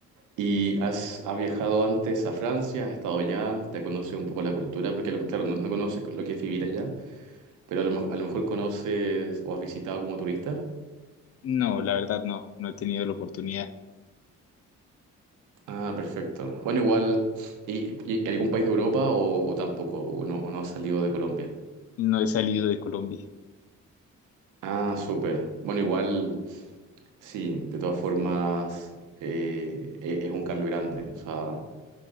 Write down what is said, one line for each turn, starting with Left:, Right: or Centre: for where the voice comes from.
Right: ¿Y has, has viajado antes a Francia? ¿Has estado allá? ¿Te conoces un poco la cultura? Porque, claro, no, no conoces lo que es vivir allá, pero a lo, mo- a lo mejor conoces o has visitado como turista.
Left: No, la verdad no, no he tenido la oportunidad.
Right: Ah, perfecto. Bueno, igual, ¿y, y algún país de Europa o, o tampoco? ¿O no, o no ha salido de Colombia?
Left: no he salido de Colombia.
Right: Ah, súper. Bueno, igual, sí, de todas formas, eh, e- es un cambio grande. O sea,